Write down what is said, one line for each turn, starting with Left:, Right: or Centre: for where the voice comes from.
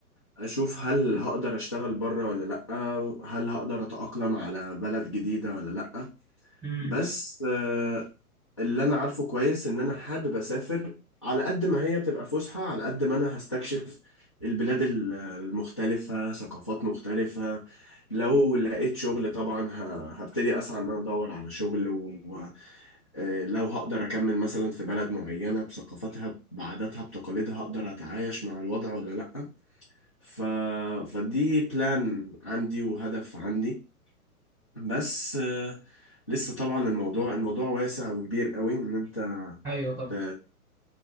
Left: أشوف هل هقدر أشتغل بره ولا لأ هل هقدر أتأقلم على بلد جديدة ولا لأ
Centre: امم
Left: بس آه، اللي انا عارفه كويس ان انا حابب اسافر على قد ما هي تبقى فسحة على قد ما انا هستكشف البلاد ال- المختلفة ثقافات مختلفة لو لقيت شغل طبعا ه- هبتدي اسعى ان انا ادور على شغل ولو هقدر اكمل مثلا في بلد معينة بثقافتها بعاداتها بتقاليدها هقدر اتعايش مع الوضع ولا لا ف... فدي بلان عندي وهدف عندي بس آه، لسه طبعا الموضوع الموضوع واسع وكبير قوي ان انت
Centre: أيوه طبعا
Left: ت-